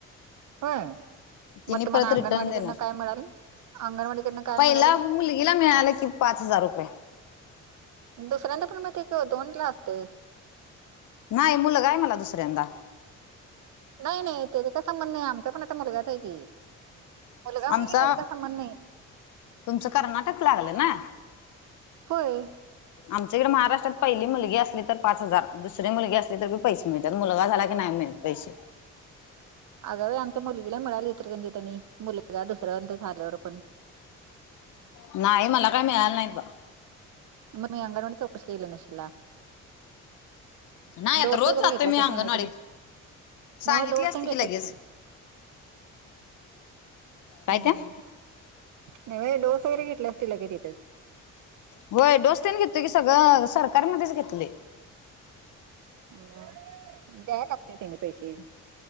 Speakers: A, on the right; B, on the left.
A: होय.
B: तिने
A: म तुम्हाला
B: परत
A: अंगणवाडीकडनं
B: रिटर्न देणार
A: काय मिळाल अंगणवाडीकडनं काय
B: पहिला
A: मिळाल?
B: मुलगीला मिळालं की पाच हजार रुपये.
A: दुसऱ्यांदा पण मग ते केलो दोन ला असतं.
B: नाही मुलगाय मला दुसऱ्यांदा.
A: नाही नाही त्याचा काय संबंध नाय आमचा पण आता मुलगाचय की. मुलगा मुलगी
B: आमचा
A: त्याचा काय संबंध नाही
B: तुमचं कर्नाटक लागलं ना?
A: होय.
B: आमच्या इकडे महाराष्ट्रात पहिली मुलगी असली तर पाच हजार, दुसरी मुलगी असली तरी पैसे मिळतात मुलगा झाला की नाही मिळत. पैशे.
A: अग‌ बाई आमच्या मुलगीला मिळाली इचलकंरजी आणि त्यांनी मुलगा दुसऱ्यादा झाल्यावर पण.
B: नाही मला काही मिळाल नाहीत बा.
A: मग तुमी अंगणवाडीत चौकशी केली नशिला.
B: नाही आता
A: डोस
B: रोज
A: वगैरे
B: जातोय
A: घेतलासा
B: मी अंगणवाडीत
A: काय नाही तुम्ही?
B: सांगितली
A: नव्हं डोस
B: असते
A: तेन घेतलंस‌
B: की लगेच
A: काय
B: काय
A: हम्म.
B: ते
A: नव्हे डोस वगैरे घेतले असतिला की तिथच.
B: होय डोस तेन घेतलोय की सगंळ सरकारमध्येच घेतलोय.
A: अ द्याया लागतय तेंनी पैशे.